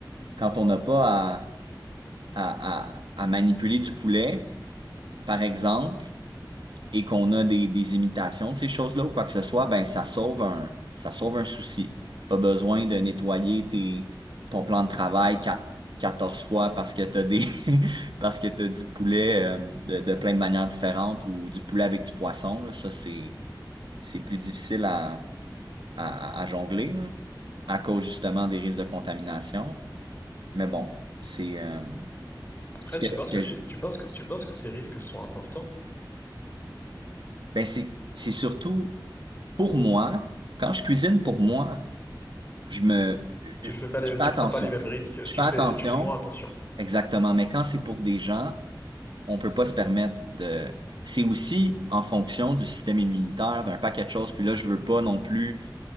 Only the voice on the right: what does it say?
quand on n'a pas à, à, à, à manipuler du poulet, par exemple, et qu'on a des, des imitations de ces choses-là ou quoi que ce soit, ben ça sauve un, ça sauve un souci. Pas besoin de nettoyer tes, ton plan de travail quat- 14 fois parce que t'as des <laughs> parce que t'as du poulet euh, de, de plein de manières différentes ou du poulet avec du poisson, là. Ça, c'est, c'est plus difficile à, à, à jongler, là, à cause justement des risques de contamination. Mais bon, c'est euh,
ce
que,
Ben c'est c'est surtout pour moi, quand je cuisine pour moi, je me je
fais
attention.
Je
fais
attention,
exactement, mais quand c'est pour des gens, on peut pas se permettre de c'est aussi en fonction du système immunitaire, d'un paquet de choses, puis là je veux pas non plus